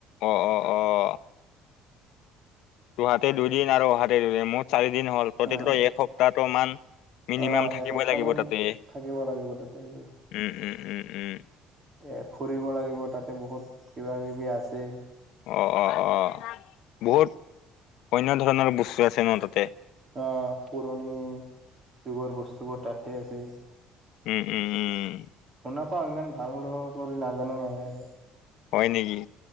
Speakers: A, on the left; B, on the right.
A: অহ - অহ - অহ দুহাতে দুদিন আৰু অহাতে দুদিন চাৰি দিন হ'ল প্ৰতিটোটো
B: অ',
A: এসপ্তাহ মান মিনিমাম
B: অ',
A: থাকিবই
B: এসপ্তাহ
A: লাগিব
B: মান
A: তাতে
B: থাকিব লাগিব তাতে গৈ।
A: উম- উম- উম- উম।
B: এ ফুৰিব লাগিব তাতে বহুত কিবা কিবি আছে।
A: অহ - অহ - অহ বহুত অন্য ধৰণৰ বস্তু আছে ন তাতে।
B: অহ, পুৰণি যুগৰ বস্তুবোৰ তাতে আছে।
A: উম উম উম উম।
B: শুনাপাও ইমান ভাল লকৰি নাজানো নহয় আৰু।
A: হয় নেকি?